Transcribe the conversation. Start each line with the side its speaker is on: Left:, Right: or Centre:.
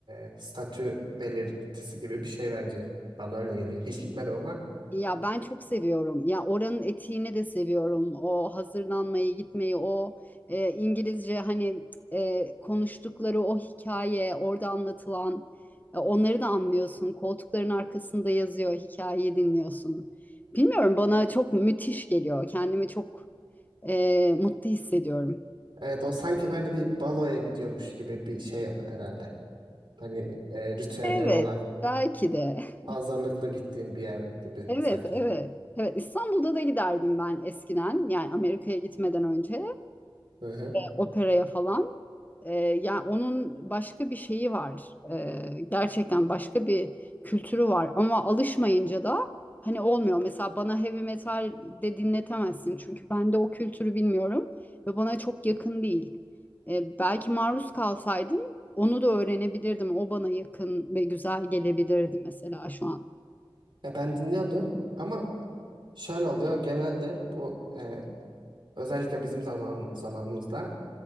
Right: e, statü belirtisi gibi bir şey bence. Bana öyle geliyor. Hiç gitmedim ama.
Left: Ya ben çok seviyorum. Ya oranın etiğini de seviyorum. O hazırlanmayı, gitmeyi, o e, İngilizce hani e, konuştukları o hikaye, orada anlatılan e, onları da anlıyorsun. Koltukların arkasında yazıyor, hikayeyi dinliyorsun. Bilmiyorum bana çok müthiş geliyor. Kendimi çok e, mutlu hissediyorum.
Right: Evet o sanki böyle bir baloya gidiyormuş gibi bir şey herhalde. Hani e, ritüelleri
Left: Evet,
Right: olan
Left: belki de. <laughs>
Right: hazırlıklı gittiğim bir yer gibi
Left: Evet,
Right: sanki.
Left: evet. Evet, İstanbul'da da giderdim ben eskiden. Yani Amerika'ya gitmeden önce.
Right: Hı hı.
Left: operaya falan. Ee, yani onun başka bir şeyi var. Ee, gerçekten başka bir kültürü var. Ama alışmayınca da hani olmuyor. Mesela bana heavy metal de dinletemezsin. Çünkü ben de o kültürü bilmiyorum ve bana çok yakın değil. Ee, belki maruz kalsaydım onu da öğrenebilirdim. O bana yakın ve güzel gelebilirdi mesela şu an.
Right: Ya ben dinliyordum ama şöyle oluyor genelde bu e, özellikle bizim zaman zamanımızda